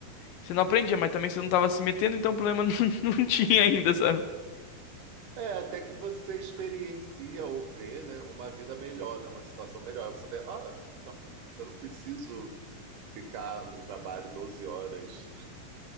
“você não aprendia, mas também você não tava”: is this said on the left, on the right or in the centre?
Left